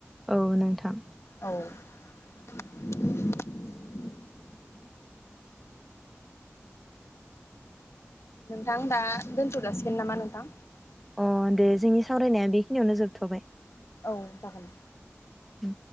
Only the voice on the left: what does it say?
औ <inaudible> नोंथां दा दोनथ' जाासिगोन नामा नोंथां
औ जागोन